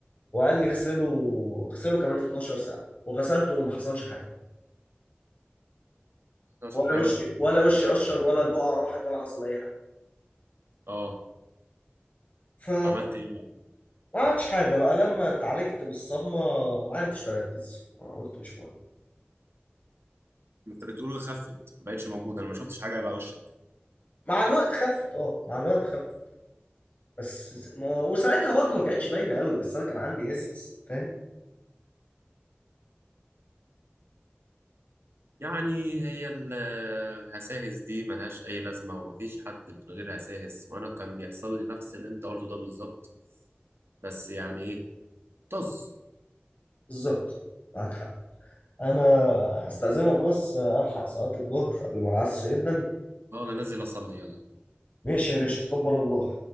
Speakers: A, on the left; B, on the right.
A: وقال لي اغسله اغسله كمان 12 ساعه وغسلته وما حصلش حاجه
B: ما خدتش
A: ولا
B: حاجه
A: وشي ولا وشي قشر ولا البقعه راحت ولا حصل اي حاجه
B: اه
A: ف
B: وعملت ايه بقى
A: ما عملتش حاجة بقى لما اتعالجت بالصدمة ما عدتش بركز قلت مش مهم
B: انت بتقول اللي خفت ما بقتش موجوده انا ما شفتش حاجه على وشك
A: مع الوقت خفت اه مع الوقت خفت بس ما... وساعتها برضو ما كانتش باينة قوي بس انا كان عندي اسس فاهم
B: يعني هي ال- الهساهس دي ملهاش اي لازمه ومفيش حد من غير هساهس وانا كان بيحصل لي نفس اللي انت قلته ده بالظبط بس يعني ايه طز
A: بالظبط معاك حق انا هستأذنك بس الحق صلاة الظهر قبل ما العصر يبدا
B: اه انا نازل اصلي يلا
A: ماشي يا باشا تقبل الله